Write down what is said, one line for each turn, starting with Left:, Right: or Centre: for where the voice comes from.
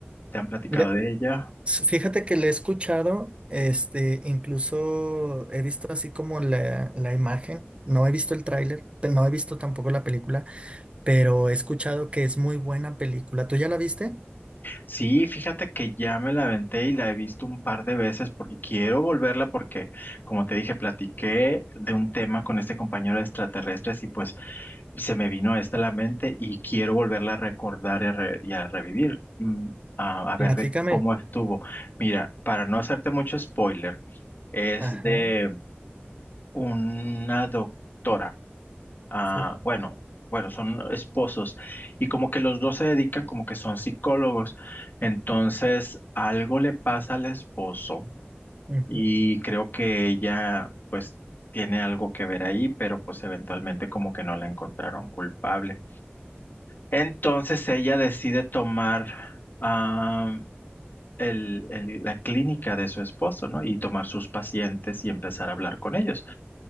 Left: ¿Te han platicado
Right: Le-
Left: de ella?
Right: s- fíjate que le he escuchado, este, incluso he visto así como la, la imagen, no he visto el tráiler, pe- no he visto tampoco la película, pero he escuchado que es muy buena película. ¿Tú ya la viste?
Left: Sí, fíjate que ya me la aventé y la he visto un par de veces porque quiero volverla porque, como te dije, platiqué de un tema con este compañero de extraterrestres y pues se me vino esta a la mente y quiero volverla a recordar y a, re- y a revivir, mm, a, a ver
Right: Platícame.
Left: de cómo estuvo. Mira, para no hacerte mucho spoiler, es
Right: Ajá,
Left: de una doctora ah,
Right: sí.
Left: bueno, bueno, son esposos y como que los dos se dedican como que son psicólogos. Entonces, algo le pasa al esposo
Right: ujú.
Left: y creo que ella pues tiene algo que ver ahí, pero pues eventualmente como que no la encontraron culpable. Entonces, ella decide tomar ah, el- el- la clínica de su esposo, ¿no? Y tomar sus pacientes y empezar a hablar con ellos.